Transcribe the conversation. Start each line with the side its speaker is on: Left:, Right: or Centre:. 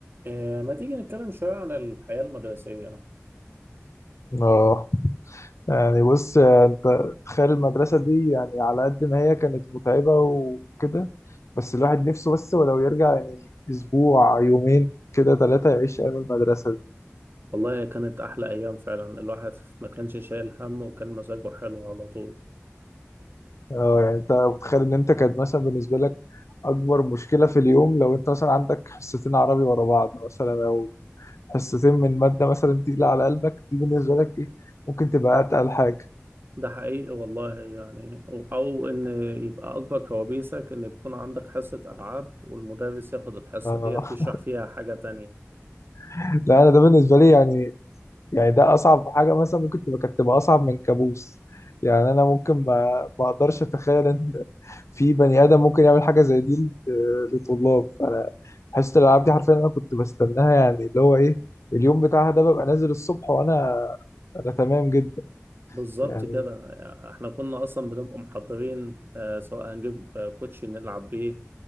Right: آه، ما تيجي نتكلم شوية عن الحياة المدرسية
Left: اه يعني بص انت تخيل المدرسة دي يعني على قد ما هي كانت متعبة وكده بس الواحد نفسه بس ولو يرجع يعني اسبوع يومين كده ثلاثة يعيش ايام المدرسة دي
Right: والله هي كانت أحلى أيام فعلا الواحد ما كانش شايل هم وكان مزاجه حلو على طول
Left: اه يعني انت متخيل ان انت كانت مثلا بالنسبة لك اكبر مشكلة في اليوم لو انت مثلا عندك حصتين عربي ورا بعض مثلا او حصتين من مادة مثلا تقيلة على قلبك دي بالنسبة لك ايه ممكن تبقى اتقل حاجة
Right: ده حقيقي والله يعني أو أو إن يبقى أكبر كوابيسك إن يكون عندك حصة ألعاب والمدرس ياخد الحصة
Left: اه
Right: دي يشرح فيها حاجة تانية
Left: <laughs> لا انا ده بالنسبة لي يعني يعني ده اصعب حاجه مثلا ممكن تبقى كانت تبقى اصعب من كابوس يعني انا ممكن ما ما اقدرش اتخيل ان في بني ادم ممكن يعمل حاجه زي دي لت- لطلاب انا حصه الالعاب دي حرفيا انا كنت بستناها يعني اللي هو ايه اليوم بتاعها ده ببقى نازل الصبح وانا انا تمام جدا
Right: بالظبط
Left: يعني
Right: كده احنا كنا اصلا بنبقى محضرين آه، سواء هنجيب آه، كوتشي نلعب بيه